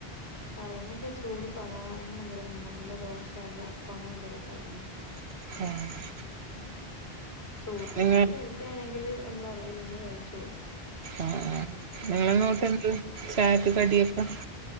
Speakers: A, on the left; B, on the right.
A: അതിനൊക്കെ ചൂട് പലഹാരങ്ങളന്തലുംവേണം ഒന്നില് ദോശ അല്ലേഅപ്പം അങ്ങനെ എന്തെലോക്കെവേണം
B: ആഹ
A: മ് ചോടനെ
B: നിങ്ങ
A: കഴിക്കാണെങ്കിൽ നമ്മൾ അറിയില്ലങ്ങ്കഴിച്ചോ
B: ആഹ് ആഹ് നിങ്ങളങ്ങോട്ട് എന്ത് ചായക്ക് കടിയൊക്കെ?